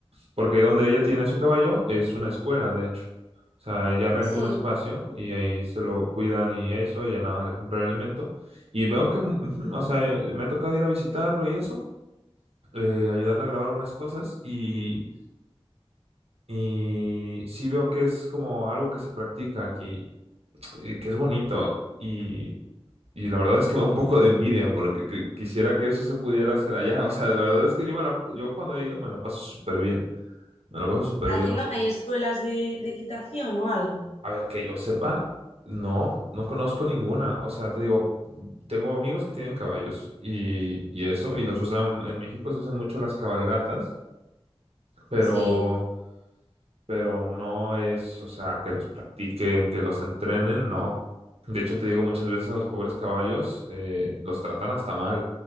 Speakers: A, on the right (about 70°); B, on the left (about 85°).
A: Porque donde ella tiene su caballo es una escuela, de hecho. O sea, ella renta
B: Sí,
A: un espacio y ahí se lo cuidan y eso, ella nada más le compra el alimento. Y veo que, ujú, o sea, me ha tocado ir a visitarlo y eso, eh, ayudarle a grabar unas cosas y, y sí veo que es como algo que se practica aquí, y que es bonito y, y la verdad es que me da un poco de envidia porque que- quisiera que eso se pudiera hacer allá. <laughs> O sea, la verdad es que yo, me la, yo cuando he ido me la paso súper bien, me la paso súper
B: allí
A: bien,
B: no hay escuelas de, de equitación o algo.
A: A ver, que yo sepa, no, no conozco ninguna. O sea, te digo, tengo amigos que tienen caballos y, y eso, y los usan, en México se usan mucho las cabalgatas, pero,
B: Sí,
A: pero no es, o sea, que los practiquen, que los entrenen, no. De hecho, te digo, muchas veces a los pobres caballos eh, los tratan hasta mal.